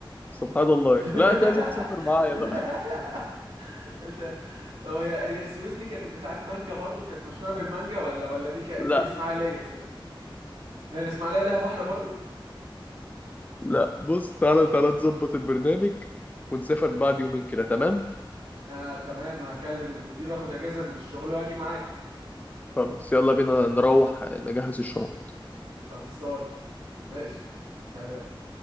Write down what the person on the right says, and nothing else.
<laughs>
إنت- طب هي هي السويس دي كانت بتاعت مانجا برضو كانت مشهوره بالمانجا ولا ولا دي ك... دي
الاسماعيليه سوري سوري هي الاسماعيليه ليها بحر برضو
اه تمام هكلم المدير واخد اجازه من الشغل واجي معاك
خلصان ماشي سلام